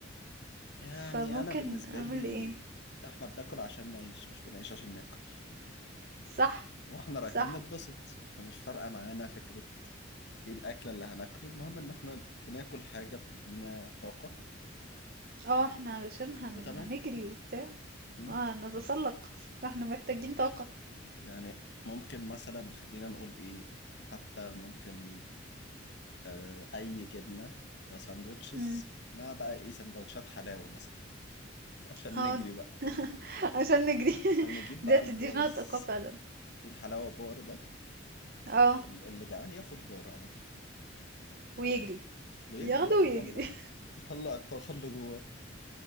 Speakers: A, on the left; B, on the right.
A: يعني
B: فممكن
A: أنا بالنسبة
B: اعمل
A: لي
B: ايه
A: إحنا بناكل عشان نعيش مش بنعيش عشان ناكل
B: صح
A: وإحنا رايحين
B: صح
A: نتبسط فمش فارقة معانا فكرة ايه الاكله اللي هناكله المهم ان احنا بناكل حاجه بتدينا طاقه
B: اه احنا علشان هن...
A: وتمام
B: هنجري وبتاع
A: مم.
B: اه هنتسلق فاحنا محتاجين طاقة
A: يعني ممكن مثلا خلينا نقول ايه حتى ممكن آه، اي جبنه ده ساندوتشز
B: امم
A: مع بقى ايه سندوتشات حلاوه مثلا <laughs> عشان
B: اه
A: نجري بقى
B: <laughs> عشان نجري <laughs>
A: او نجيب
B: دي
A: بقى
B: هتدينا
A: البارز
B: طاقة فعلا
A: في الحلاوه بار ده
B: اه
A: فاللي جعان ياخد بار على طول
B: ويجري
A: ويجري
B: ياخده
A: بقى
B: ويجري
A: يطلع يطلع الطاقه اللي جواه